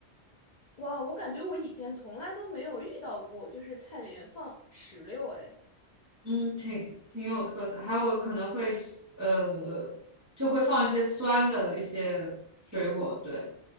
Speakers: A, on the left; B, on the right.
A: 哇，我感觉我以前从来都没有遇到过，就是菜里面放石榴，哎，
B: 嗯，挺挺有特色。还有可能会呃，就会放一些酸的一些水果，对